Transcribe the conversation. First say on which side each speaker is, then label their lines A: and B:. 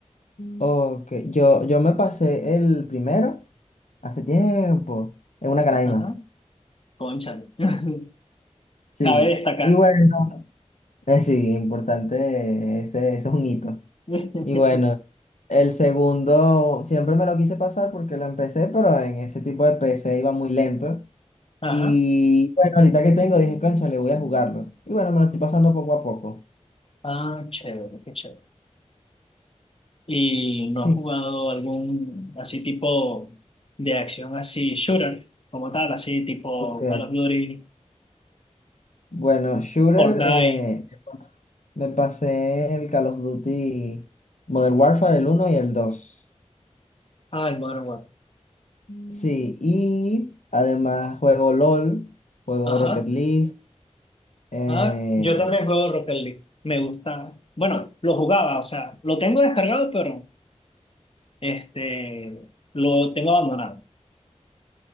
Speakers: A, on the left (about 80°); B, on the left (about 50°).
A: Ok, yo, yo me pasé el primero hace tiempo, en una canaima.
B: Ajá, cónchale, <laughs>
A: Sí.
B: cabe destacar.
A: Y bueno, eh, sí, importante, ese, ese es un hito.
B: <laughs>
A: Y bueno. El segundo siempre me lo quise pasar porque lo empecé, pero en ese tipo de PC iba muy lento.
B: Ajá,
A: Y bueno, ahorita que tengo, dije, concha, le voy a jugarlo. Y bueno, me lo estoy pasando poco a poco.
B: ah, chévere, qué chévere. ¿Y
A: Sí,
B: no has jugado algún así tipo de acción así shooter como tal, así tipo
A: ok.
B: Call of Duty,
A: Bueno, Shooter,
B: Fortnite?
A: eh, me pasé el Call of Duty Modern Warfare, el uno y el dos
B: Ah, el Modern Warfare.
A: Sí, y además juego LOL, juego
B: Ajá.
A: Rocket League. eh,
B: Ah, yo también juego Rocket League. Me gusta. Bueno, lo jugaba, o sea, lo tengo descargado, pero este lo tengo abandonado.